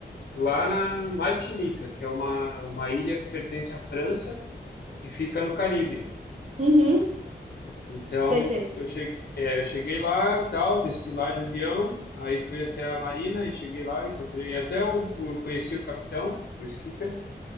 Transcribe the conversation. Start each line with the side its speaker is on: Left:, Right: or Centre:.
Left: lá na Martinica, que é uma, uma ilha que pertence à França, que fica no Caribe.
Right: Uhum,
Left: Então,
Right: sei, sei.
Left: eu cheguei, eu cheguei lá, tal, desci lá de avião, aí fui até a marina e cheguei lá, encontrei até o, o conheci o capitão, o skipper,